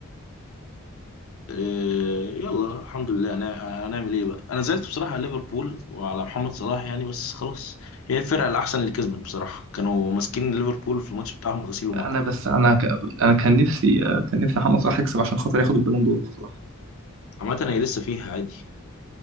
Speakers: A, on the left (about 65°); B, on the right (about 60°).
A: إيه، يلا الحمد لله انا هنعمل ايه بقى انا زعلت بصراحه على ليفربول وعلى محمد صلاح يعني بس خلاص هي الفرقه الاحسن اللي كسبت بصراحه كانوا ماسكين ليفربول في الماتش بتاعهم غسيل ومكوى
B: انا بس انا ك... انا كان نفسي كان نفسي محمد صلاح يكسب عشان خاطر ياخد البالون دور بصراحه
A: عامه هي لسه فيها عادي